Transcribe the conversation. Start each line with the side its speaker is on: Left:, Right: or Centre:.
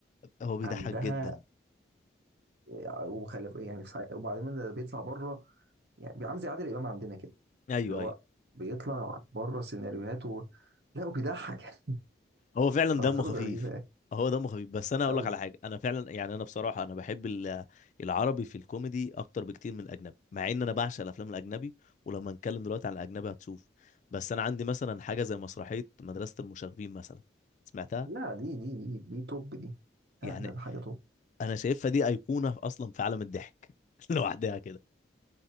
Left: هو بيضحك
Right: عندها
Left: جدا
Right: آه، وخلي يعني في ساع- وبعدين ده بيطلع بره يعني بيبقى عامل زي عادل امام عندنا كده
Left: ايوه
Right: اللي هو
Left: ايوه
Right: بيطلع بره سيناريوهات و... لا وبيضحك <laughs> يعني
Left: هو فعلا
Right: حركاته
Left: دمه خفيف
Right: غريبه
Left: هو دمه خفيف بس انا هقول
Right: قوي
Left: لك على حاجه انا فعلا يعني انا بصراحه انا بحب ال- العربي في الكوميدي اكتر بكتير من الاجنبي مع ان انا بعشق الافلام الاجنبي ولما نتكلم دلوقتي عن الاجنبي هتشوف بس انا عندي مثلا حاجه زي مسرحيه مدرسه المشاغبين مثلا سمعتها
Right: لا دي دي دي دي توب دي
Left: يعني
Right: لا ده ده حاجه توب
Left: انا شايفها دي ايقونه اصلا في عالم الضحك <laughs> لوحدها كده